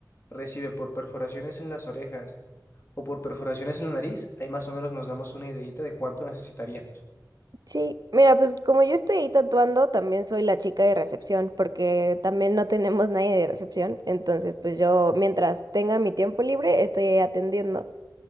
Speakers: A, on the left (about 35°); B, on the right (about 60°).
A: recibe por perforaciones en las orejas o por perforaciones en la nariz, ahí más o menos nos damos una ideita de cuánto necesitaríamos.
B: Sí, mira, pues como yo estoy ahí tatuando, también soy la chica de recepción, porque también no tenemos nadie de recepción. Entonces, pues yo, mientras tenga mi tiempo libre, estoy ahí atendiendo.